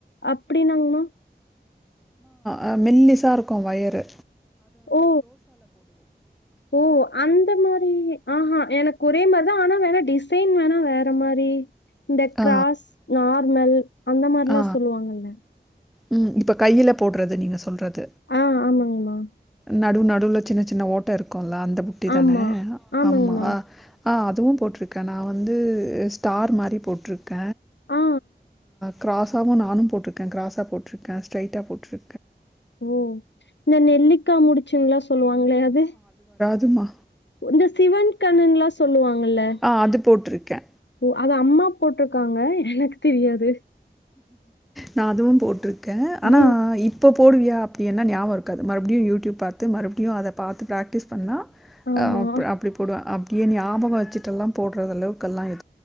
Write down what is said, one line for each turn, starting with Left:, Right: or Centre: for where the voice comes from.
Left: அப்டி நான்கன
Centre: ஆ மெல்லிசா இருக்கோ வயறு
Left: ஓ ஓ அந்த மாரி ஆஹா எனக்கொறைம தா ஆனா வேணா டிசைன் வேணா வேற மாரி இந்த கிராஸ்
Centre: ஆ
Left: நா மல் அந்த மரிலா
Centre: ஆ
Left: சொல்லுவாங்கல்ல
Centre: ம் இப்ப கைல போட்றது நீங்க சொல்றது
Left: ஆ ஆமாங்மா
Centre: நடு நடுல சின்ன சின்ன ஓட்ட இருக்கோ அந்த புட்டி தான
Left: ஆமா. ஆமாங்கம்மா.
Centre: ஆம்மாவா ஆ அதுவு போட்ருக்க நா வந்து ஸ்டார் மாரி போட்ருக்க
Left: ஆ
Centre: க்ராஸாவு நானு போட்ருக்க க்ராஸா போட்ருக்க ஸ்ட்ரெய்ட்டா போட்ரு
Left: ஓ இந்த நெல்லிக்கா முடுச்சிங்ளா சொல்லுவாங்ளே அது
Centre: அதுவா
Left: இந்த சிவன் கண்ணன் லா சொல்லுவா ல்ல
Centre: ஆ அது போட்ருக்கே
Left: ஓ அது அம்மா போட்ருக்காங்க என தெரியாது
Centre: நா அதுவு போட்ரு க்க ஆனா
Left: ம்.
Centre: இப்ப போடுவியா அப்டின்னாஞாவோ இருக்காது மறுப்டியு யூடியூப் பாத்து மறுப்டியு அத பாத்து ப்ராக்டிஸ் பண்ணா
Left: ஆமா.
Centre: அ அப்டி போடுவ அ கி நியாபகோ அச்சுட்டெல்லா போட்றதள்ளவுகல்லா இ